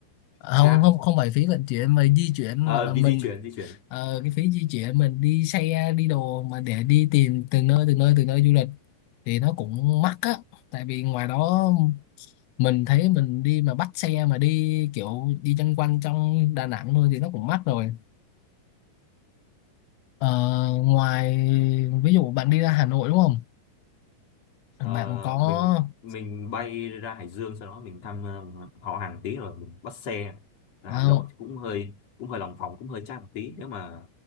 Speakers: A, on the left; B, on the left.
A: à,
B: chắc
A: không không không phải phí vận chuyển mà di chuyển
B: Ờ,
A: gọi là mình
B: vì di chuyển di chuyển
A: ờ, cái phí di chuyển mình đi xe đi đồ mà để đi tìm từ nơi từ nơi từ nơi du lịch thì nó cũng mắc á tại vì ngoài đó mình thấy mình đi mà bắt xe mà đi kiểu đi chân quanh trong Đà Nẵng thôi thì nó cũng mắc rồi Ờ, ngoài ví dụ bạn đi ra Hà Nội đúng không
B: Ờ,
A: bạn có
B: mình mình bay ra Hải Dương sau đó mình thăm ờ, họ hàng tí rồi mình bắt xe ra
A: à,
B: Hà Nội cũng hơi cũng hơi lòng vòng cũng hơi chát một tí nếu mà